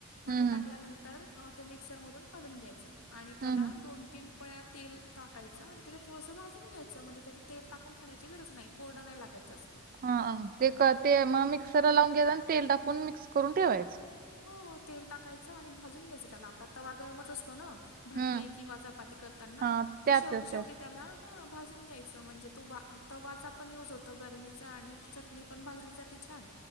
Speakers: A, on the left (about 70°); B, on the right (about 40°).
A: मग
B: हं,
A: ते
B: हं.
A: टाकल्यानंतर ते मिक्सरमधून काढून घ्यायचं आणि त्याला
B: हं, हं.
A: दोन तीन पळ्या तेल टाकायचं आणि त्याला थोडंसं भाजून घ्यायचं म्हणजे त्या तेल टाकून खाण्याची गरज नाही कोरडं नाही लागत जास्त
B: हा ते ते मग मिक्सरला लावून घ्यायच आणि तेल टाकून मिक्स करून ठेवायचं
A: हो तेल टाकायचं आणि भाजून घ्यायचं त्याला आपला तर वागरमच असतो ना भाकरी
B: हं.
A: किवा चपाती करताना
B: हां. त्यातच
A: मग शेवटी शेवटी
B: त्यात.
A: त्याला ह भाजून घ्यायचं म्हणजे तो तवाचा पण युज होतो गरमीचा आणि चटणी पण भाजली जाते छान